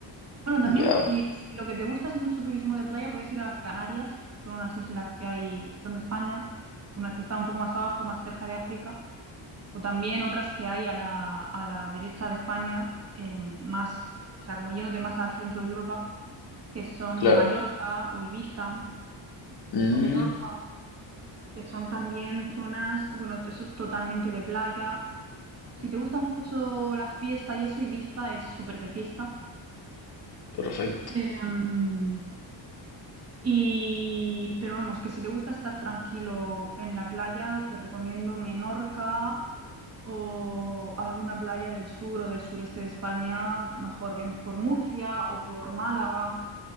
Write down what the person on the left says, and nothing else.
Ya,
claro.
Mm,
perfecto.